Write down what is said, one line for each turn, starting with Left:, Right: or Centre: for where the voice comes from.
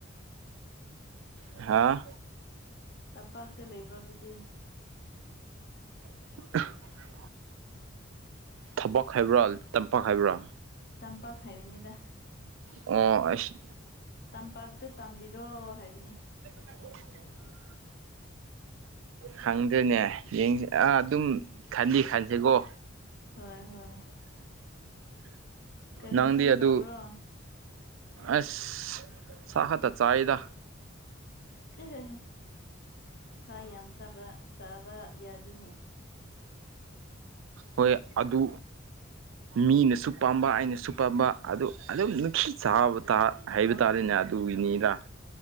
Right: ꯍꯥꯥ
Left: ꯇꯝꯄꯥꯛꯇ ꯂꯩꯕ꯭ꯔꯣ ꯑꯗꯨꯗꯤ?
Right: <unintelligible> ꯊꯕꯛ ꯍꯥꯏꯕ꯭ꯔꯥ ꯇꯝꯄꯥꯛ ꯍꯥꯏꯕ꯭ꯔꯥ?
Left: ꯇꯝꯄꯥꯛ ꯍꯥꯏꯕꯅꯤꯗꯥ꯫
Right: ꯑꯣ ꯑꯩꯁ
Left: ꯇꯝꯄꯥꯛꯇ ꯇꯝꯔꯤꯔꯣ ꯍꯥꯏꯕꯅꯤ꯫
Right: <unintelligible> ꯈꯪꯗꯦꯅꯦ ꯌꯦꯡꯁ ꯑꯥ ꯑꯗꯨꯝ ꯈꯟꯗꯤ ꯈꯟꯁꯦꯀꯣ꯫
Left: ꯍꯣꯏ ꯍꯣꯏ ꯀꯔꯤ
Right: ꯅꯪꯗꯤ
Left: ꯏꯟꯁꯥꯡ
Right: ꯑꯗꯨ
Left: ꯆꯥꯕ꯭ꯔꯣ
Right: ꯑꯁ ꯁꯥ ꯈꯛꯇ ꯆꯥꯏꯗ
Left: <unintelligible> ꯁꯥ ꯌꯥꯝ ꯆꯥꯕ ꯆꯥꯕ ꯌꯥꯗꯦꯅꯦ
Right: ꯍꯣꯏ ꯑꯗꯨ ꯃꯤꯅꯁꯨ ꯄꯥꯝꯕ ꯑꯩꯅꯁꯨ ꯄꯥꯝꯕ ꯑꯗꯨ ꯑꯗꯨꯝ ꯅꯨꯡꯈꯤ ꯆꯥꯕ ꯇꯥ ꯍꯥꯏꯕ ꯇꯥꯔꯦꯅꯦ ꯑꯗꯨꯒꯤꯅꯤꯗ